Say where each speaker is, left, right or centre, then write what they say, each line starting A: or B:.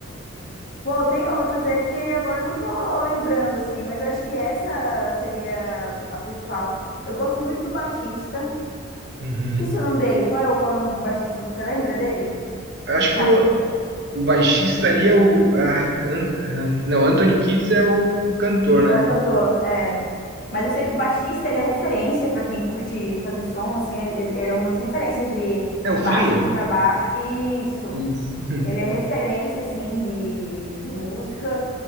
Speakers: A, on the left (about 45°); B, on the right (about 50°).
A: Pô, tem outras, é porque agora eu não tô lembrando, assim, mas eu acho que essa seria a principal. Eu gosto muito do baixista.
B: Uhum.
A: Esqueci o nome dele. Qual é, o- qual é o nome do baixista? Você lembra dele?
B: Eu
A: O
B: acho
A: cara
B: que o,
A: que
B: o baixista ali é o... ai, An- ah, não, Anthony Kiedis é o cantor,
A: E
B: né?
A: é o cantor, é. Mas eu sei que o baixista, ele é referência para quem curte fazer som, assim, ele ele é uma das referências de,
B: É
A: de
B: o
A: baixo,
B: Flea?
A: contrabaixo. Isso,
B: Isso. <laughs>
A: ele é referência, assim, de, de música.